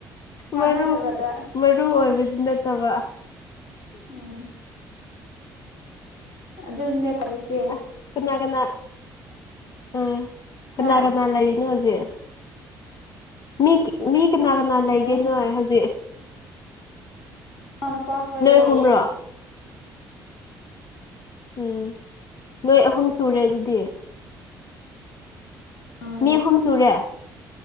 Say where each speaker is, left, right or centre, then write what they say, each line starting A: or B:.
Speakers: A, on the left (about 65°); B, on the left (about 40°).
A: ꯀꯥꯟꯅꯗꯕꯗ
B: ꯃꯔꯨ ꯃꯔꯨ ꯑꯣꯏꯕꯁꯤꯅ <inaudible> ꯇꯕ
A: ꯎꯝ ꯑꯗꯨꯗ ꯅꯦ ꯀꯔꯤꯁꯦ
B: ꯑꯁ ꯀꯅꯥ ꯀꯅꯥ ꯎꯝ ꯀꯅꯥ
A: ꯍꯥ
B: ꯀꯅꯥ ꯂꯩꯔꯤꯅꯣ ꯍꯧꯖꯤꯛ ꯃꯤ ꯃꯤ ꯀꯅꯥ ꯀꯅꯥ ꯂꯩꯒꯩ
A: ꯂꯩ
B: ꯍꯧꯖꯤꯛ ꯅꫭꯏ
A: ꯃꯃꯥ ꯃꯄꯥꯍꯣꯏ ꯂꯩꯌꯦ
B: ꯑꯍꯨꯝꯔꯣ ꯎꯝ ꯅꯣꯏ ꯑꯍꯨꯝ ꯁꯨꯔꯦ ꯑꯗꯨꯗꯤ
A: ꯎꯝ
B: ꯃꯤ ꯑꯍꯨꯝ ꯁꯨꯔꯦ